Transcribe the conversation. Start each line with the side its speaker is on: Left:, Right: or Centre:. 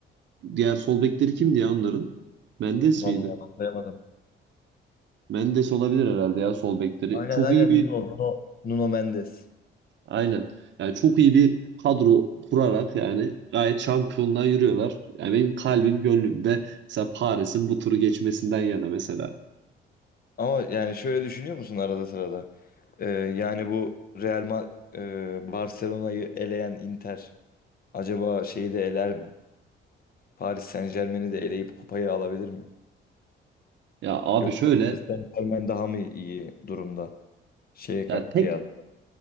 Right: Diğer sol bekleri kimdi ya onların? Mendes
Left: Vallahi
Right: miydi?
Left: anlayamadım.
Right: Mendes olabilir herhalde ya sol bekleri.
Left: Aynen
Right: Çok
Left: aynen
Right: iyi bir
Left: Nuno, Nuno, Nuno Mendes.
Right: Aynen. Yani çok iyi bir kadro kurarak yani gayet şampiyonluğa yürüyorlar. Yani benim kalbim gönlümde mesela Paris'in bu turu geçmesinden yana mesela.
Left: Ama yani şöyle düşünüyor musun arada sırada? Ee, yani bu Real Ma e, Barcelona'yı eleyen Inter acaba şeyi de eler mi? Paris Saint-Germain'i de eleyip kupayı alabilir mi?
Right: Ya abi
Left: Yoksa
Right: şöyle
Left: Paris Saint-Germain daha mı iyi durumda? Şeye ka-
Right: ya tek
Left: kıyas.